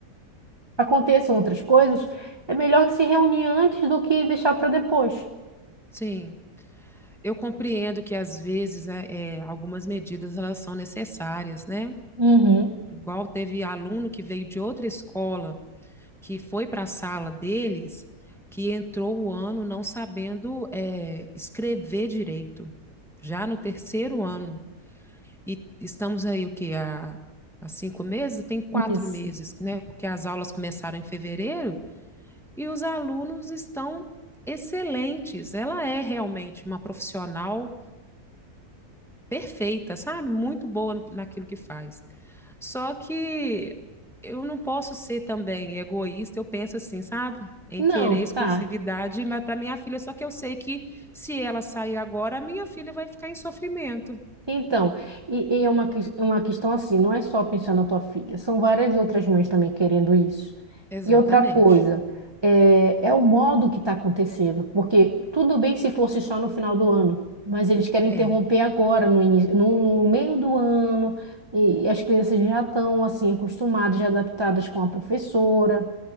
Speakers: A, on the right; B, in the centre.
A: aconteçam outras coisas, é melhor se reunir antes do que deixar para depois.
B: sim. Eu compreendo que às vezes né, é, algumas medidas elas são necessárias, né?
A: Uhum,
B: Igual teve aluno que veio de outra escola, que foi para a sala deles, que entrou o ano não sabendo é, escrever direito, já no terceiro ano. E estamos aí, o quê? Há, há cinco meses? Tem quatro
A: isso.
B: meses, né? Porque as aulas começaram em fevereiro e os alunos estão excelentes. Ela é realmente uma profissional perfeita, sabe? Muito boa no- naquilo que faz. Só que eu não posso ser também egoísta, eu penso assim, sabe? Em
A: Não,
B: querer exclusividade,
A: tá.
B: mas para minha filha, só que eu sei que se ela sair agora, a minha filha vai ficar em sofrimento.
A: Então, e, e é uma, ques- uma questão assim, não é só pensar na tua filha, são várias outras mães também querendo isso.
B: Exatamente.
A: E outra coisa, é, é o modo que está acontecendo, porque tudo bem se fosse só no final do ano, mas eles querem
B: É,
A: interromper agora, no início, no, no meio do ano, e as crianças já estão assim acostumadas, já adaptadas com a professora.